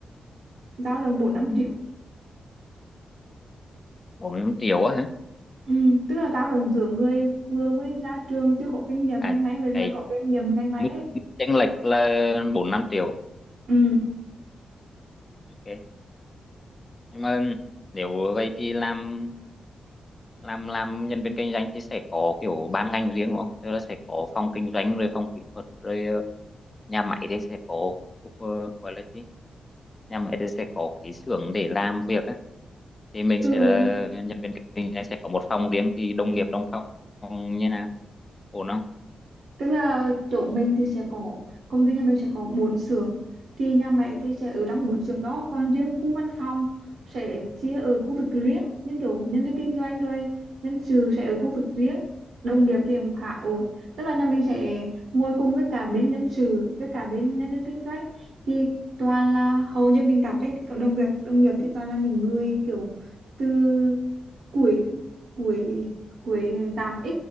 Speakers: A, on the right (about 70°); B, on the left (about 30°).
A: dao động bốn năm
B: Ừ.
A: triệu
B: bốn năm triệu á hả
A: ừ, tức là dao động giữa người vừa mới ra trường chưa có kinh nghiệm
B: à
A: ngành máy với người
B: cái
A: có kinh nghiệm ngành máy
B: mức
A: ấy
B: mức chênh lệch là bốn năm triệu
A: ừ
B: ok nhưng mà nếu vậy thì làm làm làm nhân viên kinh doanh thì sẽ có kiểu ban ngành riêng đúng không tức là sẽ có phòng kinh doanh rồi phòng kỹ thuật rồi ờ, nhà máy thì sẽ có ờ, gọi là gì nhà máy thì sẽ có cái xưởng để làm việc á thì mình
A: ừ
B: sẽ là nhân viên kinh doanh sẽ có một phòng riêng thì đồng nghiệp trong phòng như nào ổn không
A: tức là chỗ mình thì sẽ có công ty nhà mình sẽ có bốn xưởng thì nhà máy thì sẽ ở trong bốn xưởng đó còn riêng khu văn phòng sẽ chia ở khu vực riêng những kiểu nhân viên kinh doanh rồi nhân sự sẽ ở khu vực riêng đồng nghiệp thì cũng khá ổn tức là nhà mình sẽ ngồi cùng với cả bên nhân sự với cả bên nhân viên kinh doanh thì toàn là hầu như mình gặp ấy cộng đồng việc đồng nghiệp thì toàn là những người kiểu từ Cuối cuối cuối 8x